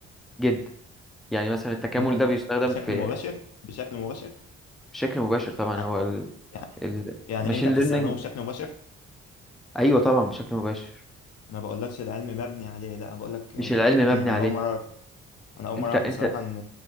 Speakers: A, in the centre; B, on the left.
A: جدا يعني مثلا التكامل
B: مم.
A: ده بيستخدم
B: بشكل
A: في
B: مباشر بشكل مباشر
A: بشكل مباشر طبعا
B: يعني
A: هو
B: يعني
A: الماشين
B: يعني انت بتستخدمه
A: ليرنينج
B: بشكل مباشر
A: ايوه طبعا بشكل مباشر
B: ما بقولكش العلم مبني عليه لا انا بقولك يعني
A: مش العلم
B: مم.
A: مبني
B: انا
A: عليه
B: اول مره اعرف انا اول
A: انت
B: مره اعرف
A: انت
B: بصراحه ان